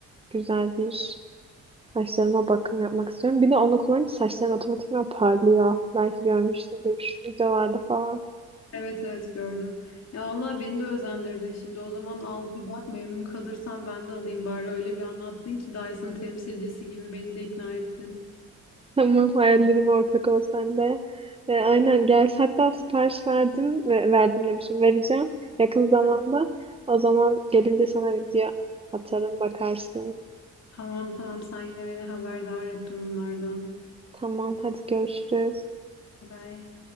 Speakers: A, on the right; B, on the left.
A: güzel bir saçlarıma bakım yapmak istiyorum. Bir de onu kullanınca saçlarım otomatikman parlıyor. Belki görmüşsündür videolarda falan.
B: Evet evet gördüm. Ya Allah beni de özendirdin. Şimdi o zaman al bir bak memnun kalırsan ben de alayım bari. Öyle bir anlattın ki Dyson temsilcisi gibi beni de ikna ettin.
A: Tamam, hayallerime ortak ol sen de. E, aynen gel. Hatta sipariş verdim ve verdim demişim. Vereceğim yakın zamanda.
B: Heh,
A: O zaman gelince sana video atarım bakarsın.
B: Tamam tamam sen yine beni haberdar et durumlardan.
A: Tamam, hadi görüşürüz.
B: Bye.